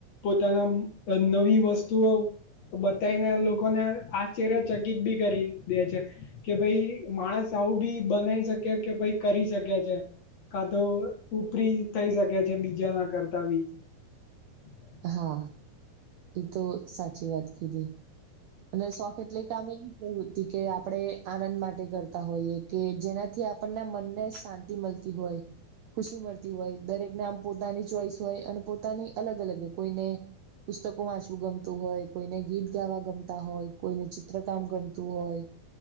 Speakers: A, on the left; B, on the right.
A: પોતાના નવી વસ્તુઓ બતાવીને લોકોને આશ્ચર્યચકિત બી કરી દે છે. કે ભાઈ માણસ આવું બી બનાવી શકે કે ભાઈ કરી શકે છે. કા તો ઉપરી થઈ શકે છે, બીજા ના કરતા બી હા
B: હા, એ તો સાચી વાત કીધી અને શોખ એટલી કમે પ્રવૃતિ કે આપણે આનંદ માટે કરતા હોઈએ કે જેનાથી આપણના મનને શાં તી મળતી હોય. ખુશી મળતી હોય દરેકને આમ પોતાની ચોઈસ હોય અને પોતાની અલગ અલગ કોઈને પુસ્તકો વાંચવું ગમતું હોય કોઈને ગીત ગાવા ગમતા હોય, કોઈને ચિત્રકામ ગમતું હોય.